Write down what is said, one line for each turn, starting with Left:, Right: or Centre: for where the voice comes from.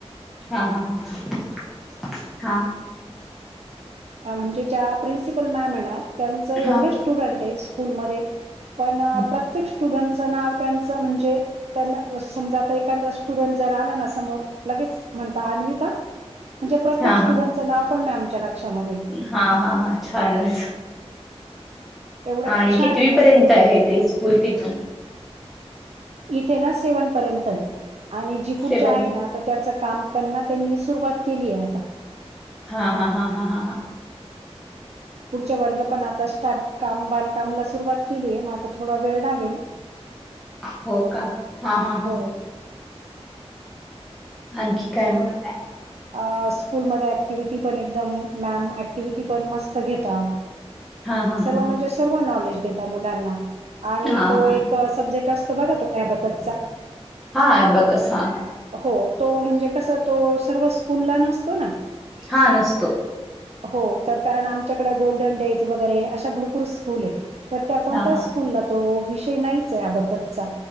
Centre: हा-हा-हा-ह हा.
Right: अ म्हणजे ज्या प्रिन्सिपल मॅमए ना, त्यांचं एवढं
Centre: हा हा.
Right: स्टुडंट हाय स्कूलमध्ये पणं
Centre: हम्म.
Right: प्रत्येक स्टुडंटचं नाव त्यांचं म्हणजे त्यांना अ समजा आता एखांदा स्टुडंट जर आला ना, समोर लगेच म्हणता आणवीता म्हणजे प्रत्येक
Centre: हा
Right: स्टुडंटचं नाव पण मॅमच्या लक्षामध्ये
Centre: हा-हा-हा छानच.
Right: एवढं
Centre: आणि
Right: छान
Centre: कितवी
Right: आहे मस्त
Centre: पर्यंत
Right: एकदम
Centre: आहे ते स्कूल तिथून
Right: इथे ना सेवन पर्यंतय आणि जी पुढच्या
Centre: सेवन
Right: आहे ना तर त्याचं काम पण ना त्यांनी सुरुवात केली आहे आता
Centre: हा-हा-हा-हा-हा-हा.
Right: पुढचे वर्ग पण आता स्टार्ट काम बांधकामला सुरुवात केलीय, म आता थोडा वेळ लागेल.
Centre: हो का हा-हा-हा.
Right: हो
Centre: आणखी काय मग?
Right: अ स्कूलमध्ये ऍक्टिव्हटी पण एकदम मॅम, ऍक्टिव्हटी पण मस्त घेता.
Centre: हा हा
Right: सर्व
Centre: हा हा
Right: म्हणजे सर्व नॉलेज देता मुलांना आणि
Centre: हा
Right: तो
Centre: हा
Right: एक सबजेक्ट अस- तो बघा तो ॲबॅकसचा
Centre: हा ॲबॅकस हां.
Right: हो तो म्हणजे कस तो सर्व स्कूलला नसतो ना.
Centre: हा नसतो.
Right: हो तर, कारण आमच्याकडे गोल्डन डेज वगरे- त भरपुर स्कुल ए, तर त्या कोणत्याच
Centre: हा हा
Right: स्कूलला तो विषय नाईचए ॲबॅकचा